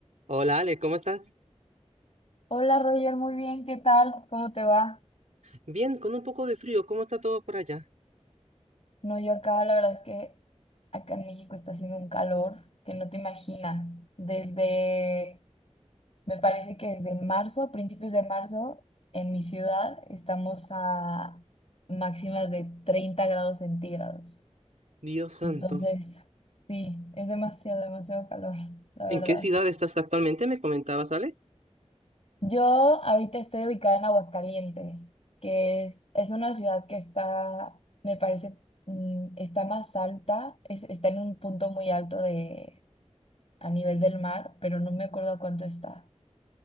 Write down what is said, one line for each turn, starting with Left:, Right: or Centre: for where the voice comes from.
Right: Hola Ale, ¿cómo estás?
Left: Hola Roger, muy bien, ¿qué tal? ¿Cómo te va?
Right: Bien, con un poco de frío, ¿cómo está todo por allá?
Left: No, yo acá, la verdad es que acá en México está haciendo un calor que no te imaginas. Desde, me parece que desde marzo, a principios de marzo, en mi ciudad estamos a máximas de 30 grados centígrados.
Right: Dios santo.
Left: Entonces, sí, es demasiado, demasiado calor, la verdad.
Right: ¿En qué ciudad estás actualmente? Me comentabas, Ale.
Left: Yo ahorita estoy ubicada en Aguascalientes, que es, es una ciudad que está, me parece, mm, está más alta, es- está en un punto muy alto de, a nivel del mar, pero no me acuerdo a cuánto está.